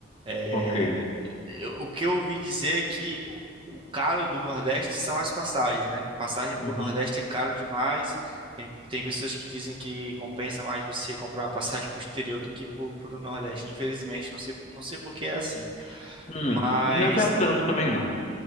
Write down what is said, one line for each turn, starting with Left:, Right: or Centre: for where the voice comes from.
Right: É,
Left: Ok.
Right: eu- o que eu ouvi dizer é que o caro do Nordeste são as passagens, né? Passagem pro
Left: Uhum.
Right: Nordeste é caro demais. Tem, tem pessoas que dizem que compensa mais você comprar uma passagem pro exterior do que pro, pro Nordeste. Infelizmente, não sei, não sei por que é assim.
Left: Hum,
Right: Mas
Left: não é pra tanto
Right: eu-
Left: também não.